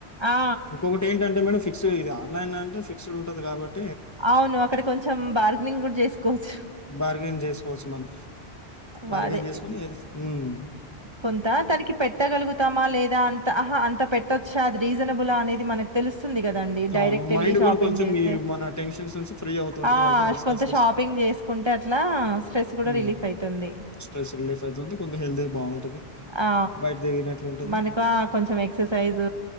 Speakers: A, on the right; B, on the left.
A: ఆ!
B: ఇంకొకటి ఏంటంటే మేడమ్ ఫిక్స్ ఎలాయిన అంటే ఫిక్స్డ్ ఉంటది కాబట్
A: అవును అక్కడ గూడ బార్గనింగ్ గుడా చేసుకోవచ్చు
B: బార్గెనింగ్ చేసుకోవచ్చు మనం
A: వ
B: బార్గెన్
A: అదే
B: చేసుకొని మ్
A: కొంత తనకి పెట్ట పెట్టగలుగుతామా లేదా అంత అహా అంత పెట్టొచ్చా అది రీజనబుల్ అనేది మనకు తెలుస్తు తుంది కదా అండి డైెక్ట్
B: అవును.
A: వెళ్ళి
B: మైండ్
A: షపింగ్
B: కూడా కొంచెం
A: చేస్తే
B: ఈ మన టెన్షన్స్ నుంచి ఫ్రీ అవుతూ ఉంటది
A: ఆ
B: వాళ్ళతో డిస్కస్
A: కొంత
B: చేసి
A: షపింగ్ చేసుకుంటే అట్లా స్ట్రెస్ కూడా
B: హ్మ్.
A: రిలీఫ్ అవుతుంది
B: స్ట్రెస్ రిలీఫ్ అయితుంది. కొంచెం హెల్తీ బావుంటది.
A: ఆ
B: బయట తిరిగినట్లుంటది.
A: మనకు కొంచెం ఎక్ససైజ్